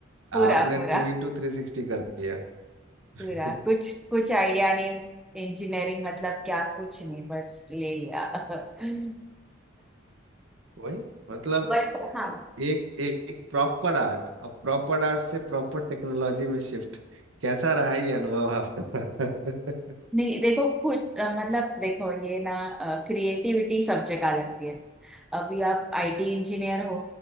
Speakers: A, in the centre; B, on the right.
A: पूरा
B: आपने
A: पूरा
B: टू इंटू थ्री सिक्सटी कर दिया <laughs>
A: पूरा कुछ कुछ आइडिया नहीं इंजीनियरिंग मतलब क्या कुछ नहीं बस ले लिया <laughs>
B: वही मतलब
A: बट हाँ
B: एक एक, एक प्रॉपर आर्ट और प्रॉपर आर्ट से प्रॉपर टेक्नोलॉजी में शिफ्ट कैसा रहा ये अनुभव आपका <laughs>
A: नहीं देखो कुछ अ, मतलब देखो ये ना क्रिएटिविटी सब जगह लगती है अभी आप आईटी इंजीनियर हो